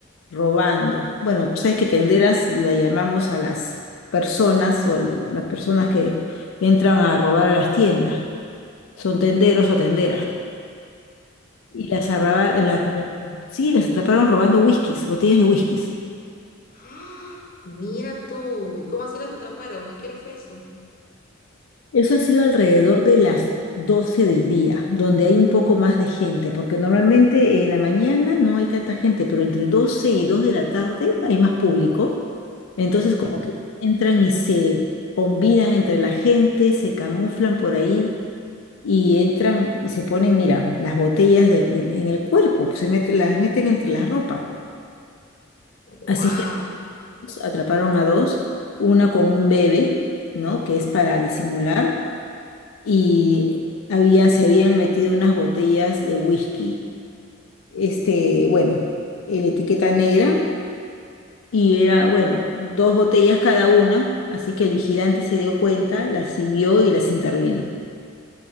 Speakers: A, on the left (about 80°); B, on the left (about 45°).
A: robando. Bueno, tú sabes que tenderas la llamamos a las personas o las personas que entran a robar a las tiendas. Son tenderos o tenderas.
B: Ah,
A: Y las, arraba-
B: ¿cómo
A: las
B: es?
A: atrap- sí, las atraparon robando whiskies, botellas de whiskies.
B: ¡Ah! Mira tú, ¿y cómo así las atraparon? ¿A qué hora fue eso?
A: Eso ha sido alrededor de las 12 del día, donde hay un poco más de gente, porque normalmente en la mañana no hay tanta gente, pero entre 12 y 2 de la tarde hay más público. Entonces como que entran y se combinan entre la gente, se camuflan por ahí y entran y se ponen, mira, las botellas de- en, en el cuerpo, se meten, las meten entre la ropa.
B: Wow,
A: Así que atraparon a dos, una con un bebé, ¿no? Que es para disimular, y había, se habían metido unas botellas de whisky, este, bueno, la etiqueta negra, y era, bueno, dos botellas cada una, así que el vigilante se dio cuenta, las siguió y las intervino.